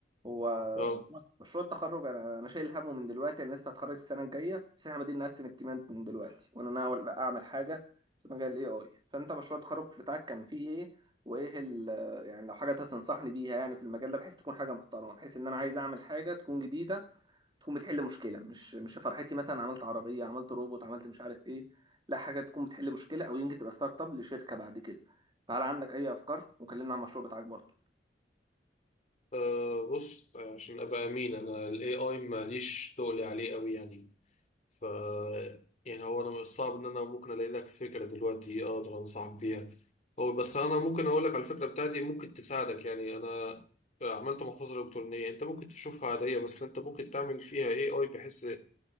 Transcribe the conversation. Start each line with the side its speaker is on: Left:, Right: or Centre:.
Right: هو
Left: اه
Right: مشروع مشروع التخرج انا انا شايل همه من دلوقتي انا لسه هتخرج السنه الجايه بس احنا بادئين نقسم التيمات من دلوقتي وانا ناوي اعمل حاجه في مجال الاي اي فانت مشروع التخرج بتاعك كان فيه ايه وايه ال يعني لو حاجه هتنصحني بيها يعني في المجال ده بحيث تكون حاجه محترمه بحيث ان انا عايز اعمل حاجه تكون جديده تكون بتحل مشكله مش مش فرحتي مثلا عملت عربيه عملت روبوت عملت مش عارف ايه لا حاجه تكون بتحل مشكله او يمكن تبقى ستارت اب لشركه بعد كده فهل عندك اي افكار وكلمنا عن المشروع بتاعك برضه
Left: آه، بص عشان ابقى امين انا الاي اي ماليش تقلي عليه قوي يعني ف يعني هو انا مش صعب ان انا ممكن الاقي لك فكره دلوقتي اقدر انصحك بيها هو بس انا ممكن اقول لك على الفكره بتاعتي ممكن تساعدك يعني انا عملت محفظه الكترونيه انت ممكن تشوفها عاديه بس انت ممكن تعمل فيها اي اي بحيث